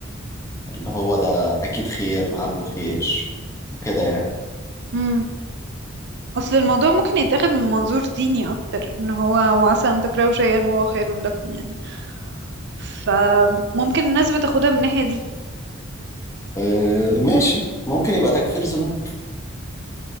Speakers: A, on the left; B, on the right.
A: اللي هو ده اكيد خير لعله خير كده يعني
B: مم. اصل الموضوع ممكن يتاخد من منظور ديني اكتر ان هو وعسى ان تكرهوا شيئا وهو خير لكم يعني فممكن الناس بتاخدها من الناحية دي
A: آه ماشي ممكن يبقى تكفير ذنوب